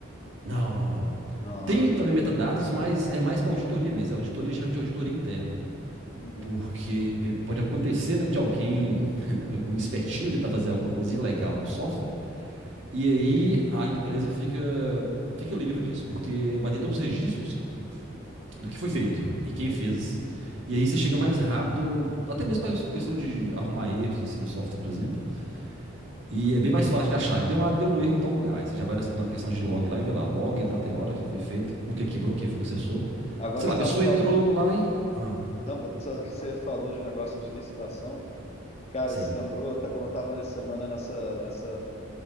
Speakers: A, on the right (about 70°); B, on the left (about 30°).
A: Não, não, não.
B: Não,
A: Tem
B: é outra
A: também
B: coisa.
A: metadados, mas é mais para auditoria mesmo. É auditoria, geralmente auditoria interna.
B: Uhum.
A: Porque pode acontecer, né, de alguém, <laughs> algum espertinho tentar fazer alguma coisa ilegal no software. E aí a empresa fica, fica livre disso, porque vai ter todos os registros do que foi
B: uhum,
A: feito e quem
B: uhum.
A: fez. E aí você chega mais rápido, até mesmo para questão de arrumar erros assim no software, por exemplo. E é bem mais fácil de achar. Deu, ah, deu um erro em tal lugar. Aí você já vai na questão de log lá e vê lá, log, data e hora, o que foi feito, por que quebrou, quem foi que acessou.
B: Agora
A: Sei lá,
B: você
A: a
B: estava
A: pessoa
B: falando,
A: entrou lá e. Ah,
B: não, só que você falou de negócio de licitação. Cara,
A: sim,
B: se lembrou, tá, como eu tava nessa semana nessa, nessa,